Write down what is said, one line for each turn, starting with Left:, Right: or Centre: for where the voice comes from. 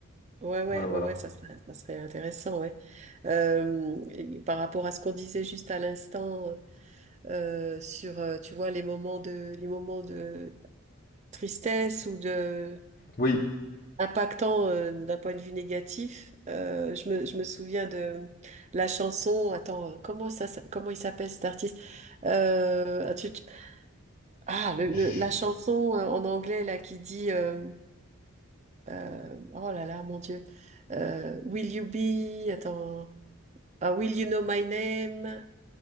Right: ouais, ouais,
Left: Voilà, voilà.
Right: ouais, ouais, ça serait, ça serait intéressant, ouais. Euh, et par rapport à ce qu'on disait juste à l'instant euh, sur, euh, tu vois, les moments de, les moments de tristesse ou de
Left: Oui.
Right: impactant euh, d'un point de vue négatif. Euh, je me, je me souviens de la chanson. Attends, euh, comment ça, ça- comment il s'appelle cet artiste? Euh, ah, tu- tu- ah, le-
Left: je-
Right: le- la chanson euh, en anglais là qui dit euh, euh, oh là là, mon Dieu. Euh, Will you be? Attends. Ah, Will you know my name?